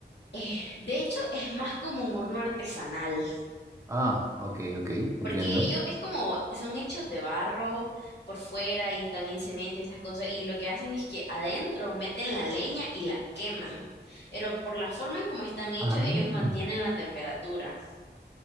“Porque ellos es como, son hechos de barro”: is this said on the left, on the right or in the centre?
Left